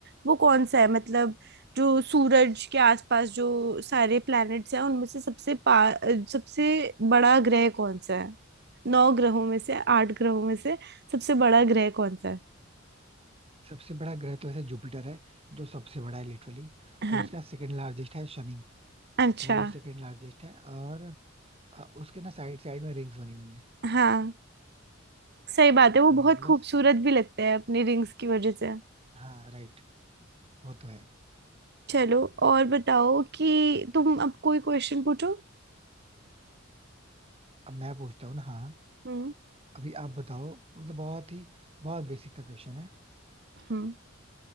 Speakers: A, on the right; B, on the right.
A: वो कौन सा है मतलब जो सूरज के आसपास जो सारे प्लैनेट्स हैं उनमें से सबसे पा अ, सबसे बड़ा ग्रह कौन सा है नौ ग्रहों में से आठ ग्रहों में से सबसे बड़ा ग्रह कौन सा है
B: सबसे बड़ा ग्रह तो ऐसे जुपिटर है जो सबसे बड़ा है लिटरली
A: हाँ
B: और उसके बाद सेकंड लार्जेस्ट है शनि
A: अच्छा
B: वो सेकंड लार्जेस्ट है और अ, उसके ना साइड साइड में रिंग्स बनी हुई है
A: हाँ सही बात है वो
B: हम्म,
A: बहुत
B: बस
A: खूबसूरत भी लगते हैं अपनी रिंग्स की वजह से
B: हाँ राइट वो तो है
A: चलो और बताओ कि तुम अब कोई क्वेश्चन पूछो
B: अब मैं पूछता हूँ ना हाँ
A: हम्म
B: अभी आप बताओ मतलब बहुत ही बहुत बेसिक सा क्वेश्चन है
A: हम्म